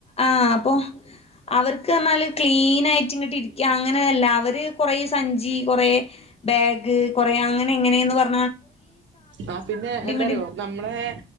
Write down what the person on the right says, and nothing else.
ആ പിന്നെ എന്താറിയോ
നമ്മളെ